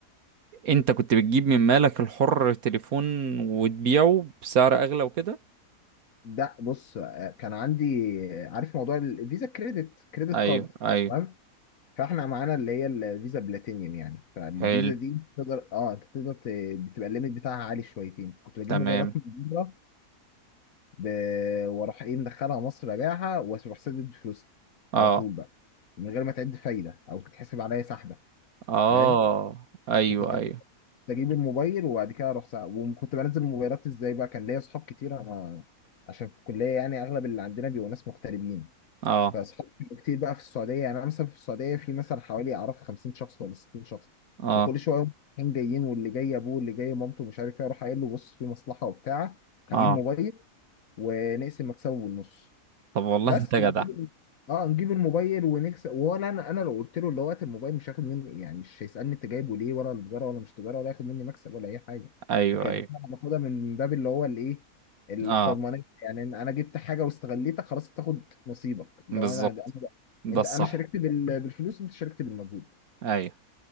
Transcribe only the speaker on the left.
ده بص آه، كان عندي آه، عارف موضوع الفيزا كريدت كريدت
كارد
تمام فاحنا معانا اللي هي الفيزا بلاتينيوم يعني فالفيزا
دي تقدر اه انت تقدر ت- بتبقى الليميت بتاعها عالي شويتين كنت بجيب
موبايلات من بره ب... واروح ايه مدخلها مصر ابيعها واروح سدد فلوسها
على طول بقى من غير ما تعد فايده او تتحسب عليا سحبه
فاهم
فكنت
اجيب الموبال وبعد كده اروح ساعة وكنت بنزل الموبايلات ازاي بقى كان ليا اصحاب كتير انا عشان في الكليه يعني اغلب اللي عندنا بيبقوا ناس مغتربين
فاصحاب كتير بقى في السعوديه يعني انا مثلا في السعوديه في مثلا حوالي اعرف 50 شخص ولا 60 شخص
وكل شويه يوم رايحين جايين واللي جاي ابوه واللي جاي مامته مش عارف ايه اروح قايل له بص في مصلحه وبتاع هجيب
موبايل ونقسم مكسبه بالنص
بس
نجيب اه نجيب الموبايل ونكسب ولا انا انا لو قلت له اللي هو هات الموبايل مش هاخد منه يعني مش هيسالني انت جايبه ليه ولا التجاره ولا مش تجاره ولا هياخد مني مكسب ولا اي حاجه
لكن انا
باخدها من باب اللي هو الايه الحرمانيه
يعني إن انا جبت حاجه واستغليتك خلاص تاخد نصيبك لو
انا أنا-
انت
انا شاركت بال- بالفلوس انت شاركت بالمجهود